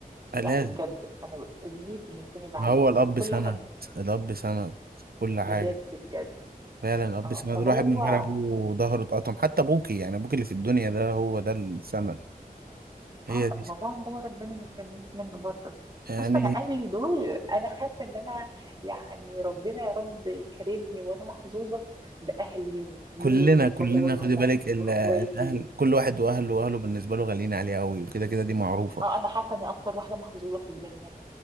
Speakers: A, on the right; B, on the right.
A: آه،
B: يعني
A: لازم
B: بجد انا وابني بنستند
A: ما
B: عليه
A: هو الاب
B: في كل
A: سند
B: حاجه
A: الاب سند كل
B: بجد
A: حاجه
B: بجد
A: فعلا الاب
B: اه
A: سند
B: فهو
A: الواحد من غير ابوه ظهره اتقطم حتى ابوكي يعني ابوك اللي في الدنيا ده هو ده السند هي
B: اه طب
A: دي
B: باباهم بابا ربنا ما يحرمنيش منه برضه
A: يعني
B: بص انا اهلي دول انا حاسه ان انا يعني ربنا يا رب كرمني وانا محظوظه باهلي وجوزي
A: كلنا كلنا
B: بابايا
A: خدي
B: ومامتي
A: بالك ال-
B: واخواتي
A: الاهل كل واحد واهله واهله بالنسبه له غاليين عليه قوي وكده كده دي معروفه
B: اه انا حاسه اني اكتر واحده محظوظه في الدنيا